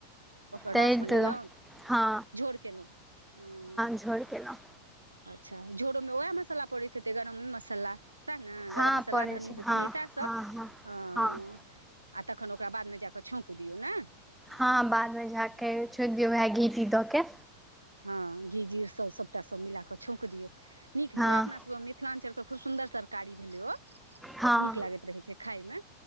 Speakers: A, on the right; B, in the centre.
A: ओकर
B: तरि
A: रस बनेलहुँ
B: देलहुँ हँ
A: झोड़ केलहुँ, हाॅं।
B: झोड़ केलहुँ।
A: अच्छा झोड़ोमे वैह मसाला पड़ैत हेतै, गरमे मसाला। सैह ने
B: हँ
A: गरम मसाला,
B: पड़ै
A: धनी
B: छै
A: बुकनी
B: हँ
A: सएह सब,
B: हँ
A: हाॅं।
B: हँ
A: आ तखन ओकरा बादमे जा कऽ छौंक दियौ, नै।
B: हाॅं बादमे जाके छौंक दियौ, वैह घी टी दऽ के।
A: हाॅं, घी जीर सभ सभटा, सभ मिला कऽ छौंक दियौ। सीख लियऽ,
B: हँ
A: अपना सब के मिथिलांचल के खूब सुन्दर तरकारी भेलै ओ,
B: हँ
A: नीक लागैत रहे छै। खाइमे,